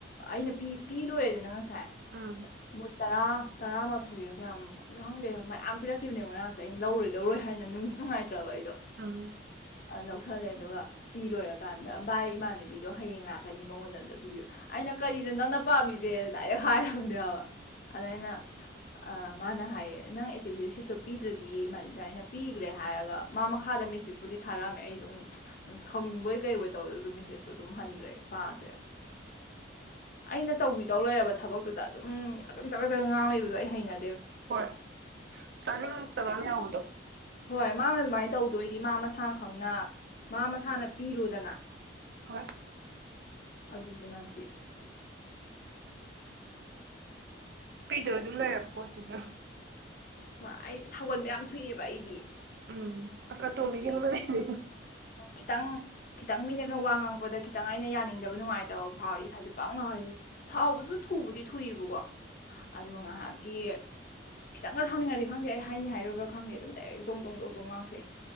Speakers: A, on the left (about 45°); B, on the right (about 55°).
A: ꯑꯩꯅ ꯄꯤ ꯂꯣꯏꯔꯦꯗꯅ ꯉꯁꯥꯏ
B: ꯑꯝ
A: ꯃꯣꯏ ꯇꯔꯥ ꯇꯔꯥꯃꯥꯊꯣꯏꯔ ꯀꯌꯥꯝ ꯈꯪꯗꯦ ꯃꯌꯥꯝ ꯄꯤꯔꯛꯈꯤꯕꯅꯦ ꯉꯔꯥꯡꯁꯦ ꯑꯩꯅ ꯂꯧꯔꯣꯏ ꯂꯧꯔꯣꯏ ꯍꯥꯏꯅ ꯅꯨꯡꯁꯨ ꯅꯨꯡꯉꯥꯏ ꯇ꯭ꯔꯥꯕ ꯑꯩꯗꯣ
B: ꯎꯝ
A: ꯂꯧ ꯈꯜꯂꯦ ꯑꯗꯨꯒ ꯄꯤꯂꯣꯏꯔꯀꯥꯟꯗ ꯚꯥꯏ ꯏꯃꯥꯟꯅꯕꯤꯗꯣ ꯍꯌꯦꯡ ꯂꯥꯛꯀꯅꯤ ꯃꯉꯣꯟꯗ ꯑꯝꯇ ꯄꯤꯕꯤꯔꯣ ꯑꯩꯅ ꯀꯔꯤꯅꯣ ꯅꯪꯅ ꯄꯥꯝꯃꯤꯖꯦꯗꯅ ꯗꯥꯏꯔꯦꯛ ꯍꯥꯏꯔꯕꯅꯦꯕ ꯑꯗ ꯑꯩꯅ ꯃꯥꯅ ꯍꯥꯏꯌꯦ ꯅꯪ ꯑꯦꯇꯦꯟꯗꯦꯟ ꯁꯤꯠꯇꯣ ꯄꯤꯗ꯭ꯔꯗꯤ ꯃꯥꯗ ꯑꯩꯅ ꯄꯤꯒ꯭ꯔꯦ ꯍꯥꯏꯔꯒ ꯃꯥ ꯃꯈꯥꯗ ꯃꯦꯁꯦꯖꯄꯨꯗꯤ ꯊꯥꯔꯛꯑꯝꯃꯦ ꯑꯩ ꯑꯗꯨꯝ ꯊꯧꯅꯤꯡꯕꯣꯏ ꯀꯩꯕꯣꯏ ꯇꯧ ꯑꯗꯨꯝ ꯃꯦꯁꯦꯖꯇꯣ ꯑꯗꯨꯝ ꯍꯟꯗ꯭ꯔꯦ ꯄꯥꯗ꯭ꯔꯦ ꯑꯩꯅ ꯇꯧꯕꯤꯗꯧ ꯂꯩꯔꯕ ꯊꯕꯛꯇꯨꯗ ꯑꯗꯨꯝ ꯑꯗꯨꯝ ꯆꯠꯒꯠ ꯆꯠꯒꯠ ꯉꯥꯡ ꯂꯩꯕꯗꯣ ꯑꯩ ꯍꯩꯅ
B: ꯍꯣꯏ ꯇꯥꯅꯤꯡ ꯉꯛꯇꯕ ꯑꯃ ꯌꯥꯎꯕꯗꯣ
A: ꯍꯣꯏ ꯃꯥꯅ ꯑꯗꯨꯃꯥꯏꯅ ꯇꯧꯗꯣꯏꯗꯤ ꯃꯥ ꯃꯁꯥ ꯈꯪꯅ ꯃꯥ ꯃꯁꯥꯅ ꯄꯤꯔꯣꯗꯅ
B: ꯍꯣꯏ
A: ꯑꯗꯨꯁꯨ ꯅꯠꯇꯦ
B: ꯄꯤꯗꯧ ꯑꯗꯨꯝ ꯂꯩꯔꯕ ꯄꯣꯠꯇꯨꯗ
A: ꯍ ꯑꯩꯗꯤ ꯁꯥꯎꯒꯟꯕ ꯌꯥꯝ ꯊꯨꯏꯑꯦꯕ ꯑꯩꯗꯤ
B: ꯎꯝ ꯑꯁ ꯑ ꯇꯣꯝꯕꯤꯒꯤ
A: ꯍꯥꯏꯗꯤ
B: ꯍꯧꯅ ꯕꯤꯅꯦ
A: ꯈꯤꯇꯪ ꯈꯤꯇꯪ ꯃꯤꯅꯒ ꯋꯥ ꯉꯥꯡꯉꯛꯄꯗ ꯈꯤꯇꯪ ꯑꯩꯅ ꯌꯥꯅꯤꯡꯗꯕ ꯅꯨꯡꯉꯥꯏꯇꯕ ꯐꯥꯎꯔꯗꯤ ꯏꯁꯥꯖꯦ ꯕꯪ ꯂꯥꯎꯔ ꯁꯥꯎꯕꯖꯨ ꯊꯨꯕꯨꯗꯤ ꯊꯨꯏꯌꯦꯕꯀꯣ ꯑꯗꯨꯒ ꯉꯥꯏꯍꯥꯛꯀꯤ ꯈꯤꯇꯪ ꯁꯥꯎꯅꯤꯡꯉꯗꯤ ꯈꯪꯗꯦ ꯑꯩ ꯍꯥꯏꯅꯤ ꯍꯥꯏꯔꯣꯏꯒ ꯈꯪꯗꯦ ꯑꯗꯨꯝ ꯗꯥꯏꯔꯦꯛ ꯗꯣꯡ ꯗꯣꯡ ꯗꯣꯡꯗꯣꯡ ꯉꯥꯡꯊꯣꯛꯑꯦ